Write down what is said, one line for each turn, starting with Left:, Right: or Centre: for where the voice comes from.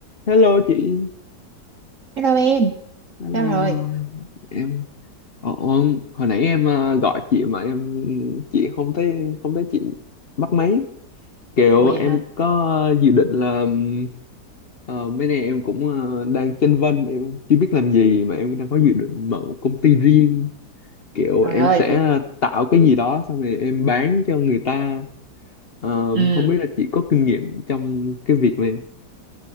Left: Hello chị,
Right: Hello em,
Left: hello
Right: sao rồi?
Left: em. Ồ, hồi nãy em ờ, gọi chị mà em chị không thấy không thấy chị bắt máy. Kiểu
Right: Ồ vậy
Left: em
Right: hả?
Left: có ờ, dự định là ừm, ờ, mấy nay em cũng ờ, đang chênh vênh, em chưa biết làm gì mà em đang có dự định mở một công ty riêng. Kiểu
Right: Trời
Left: em
Right: ơi,
Left: sẽ tạo cái gì đó xong rồi em bán cho người ta. Ờ,
Right: ừ,
Left: không biết là chị có kinh nghiệm trong cái việc này.